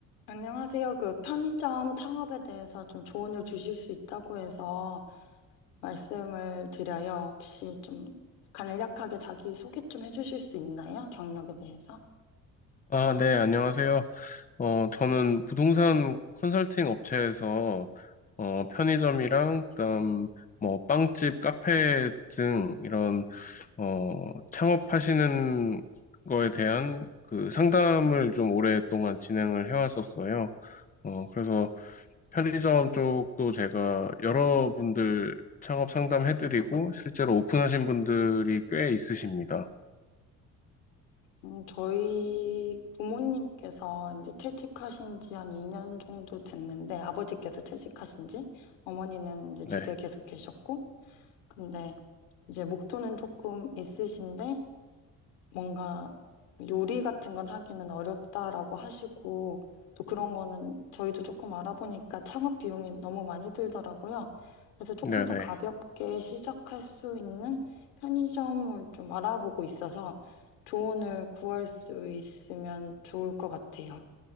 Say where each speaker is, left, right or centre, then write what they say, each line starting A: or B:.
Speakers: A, on the left (about 80°); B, on the left (about 20°).
A: 안녕하세요. 그 편의점 창업에 대해서 좀 조언을 주실 수 있다고 해서 말씀을 드려요. 혹시 좀 간략하게 자기 소개 좀 해주실 수 있나요? 경력에 대해서?
B: 아, 네, 안녕하세요. 어, 저는 부동산 컨설팅 업체에서 어, 편의점이랑 그다음 뭐 빵집, 카페 등 이런 어, 창업하시는 거에 대한 그 상담을 좀 오랫동안 진행을 해왔었어요. 어, 그래서 편의점 쪽도 제가 여러분들 창업 상담해드리고 실제로 오픈하신 분들이 꽤 있으십니다.
A: 음, 저희 부모님께서 이제 퇴직하신 지 한 2년 정도 됐는데 아버지께서 퇴직하신 지 어머니는 이제
B: 네,
A: 집에 계속 계셨고 근데 이제 목표는 조금 있으신데 뭔가 요리 같은 건 하기는 어렵다라고 하시고 또 그런 거는 저희도 조금 알아보니까 창업 비용이 너무 많이 들더라고요. 그래서 조금
B: 네,
A: 더
B: 네.
A: 가볍게 시작할 수 있는 편의점을 좀 알아보고 있어서 조언을 구할 수 있으면 좋을 것 같아요.